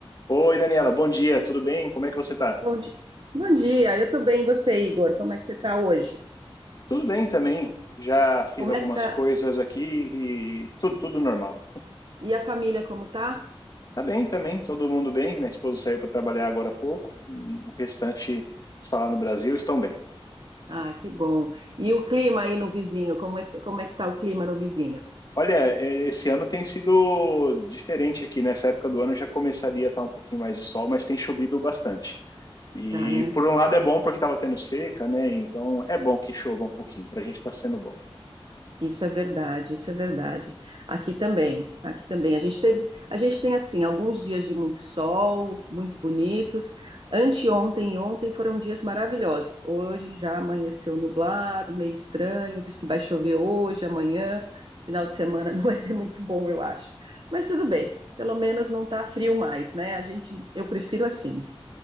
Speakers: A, on the left; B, on the right.
A: Oi, Daniela, bom dia, tudo bem? Como é que você tá?
B: Bom dia. Bom dia, eu tô bem, e você, Igor? Como é que você tá hoje?
A: Tudo bem também. Já fiz
B: Como
A: algumas
B: é que tá?
A: coisas aqui e tudo, tudo normal.
B: E a família, como tá?
A: Tá bem também, todo mundo bem. Minha esposa saiu para trabalhar agora há pouco. O restante está lá no Brasil, estão bem.
B: Ah, que bom. E o clima aí no vizinho, como é, como é que tá o clima no vizinho?
A: Olha, é, esse ano tem sido diferente aqui. Nessa época do ano já começaria a estar um pouquinho mais de sol, mas tem chovido bastante. E
B: Tá, né?
A: por um lado é bom porque estava tendo seca, né? Então é bom que chova um pouquinho, para a gente está sendo bom.
B: Isso é verdade, isso é verdade. Aqui também, aqui também. A gente teve, a gente tem assim, alguns dias de muito sol, muito bonitos. Anteontem e ontem foram dias maravilhosos. Hoje já amanheceu nublado, meio estranho, diz que vai chover hoje, amanhã, final de semana <laughs> não vai ser muito bom, eu acho. Mas tudo bem, pelo menos não tá frio mais, né? A gente, eu prefiro assim.